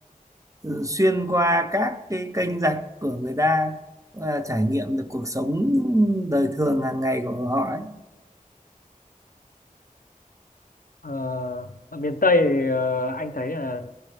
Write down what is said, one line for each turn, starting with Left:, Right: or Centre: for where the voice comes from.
Right: ờ, xuyên qua các cái kênh rạch của người ta và trải nghiệm được cuộc sống đời thường hàng ngày của họ ấy.
Left: ờ, ở miền Tây thì, ờ, anh thấy là